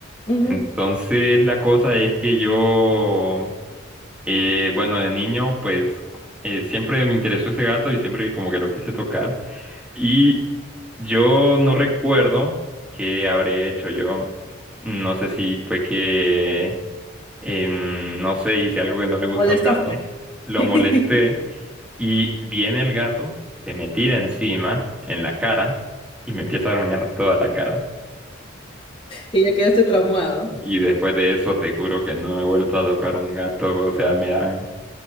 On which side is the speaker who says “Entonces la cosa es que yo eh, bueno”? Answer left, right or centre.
Centre